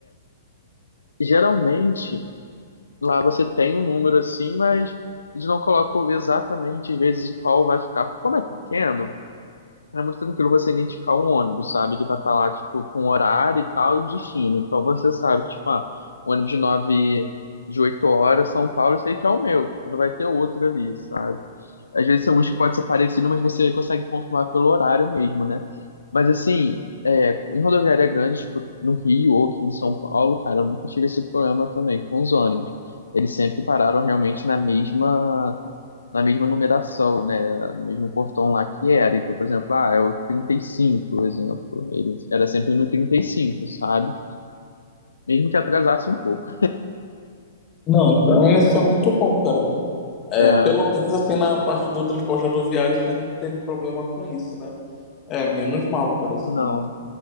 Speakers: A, on the left; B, on the left.
A: Geralmente, lá você tem um número assim, mas eles não colocam exatamente, às vezes, qual vai ficar, porque como é pequeno. É muito tranquilo você identificar um ônibus, sabe? Ele vai estar lá, tipo, com horário e tal, e destino. Então você sabe, tipo, ah, o ônibus de nove, de oito horas, São Paulo, eu sei que é o meu, porque não vai ter outro ali, sabe? Às vezes tem uns que pode ser parecido, mas você consegue confirmar pelo horário mesmo, né? Mas assim, é, em rodoviária grande, tipo, no Rio ou aqui em São Paulo, cara, eu nunca tive esse problema também com os ônibus. Eles sempre pararam realmente na mesma na mesma numeração, né? No mesmo portão lá que era. Então, por exemplo, ah, é o 35, por exemplo. Ele era sempre no 35, sabe? Mesmo que atrasasse um pouco.
B: Não, então isso é muito bom, cara. É,
A: É,
B: pelo menos assim na parte do transporte rodoviário você não teve problema com isso, né? É, menos mal, cara, assim,
A: não.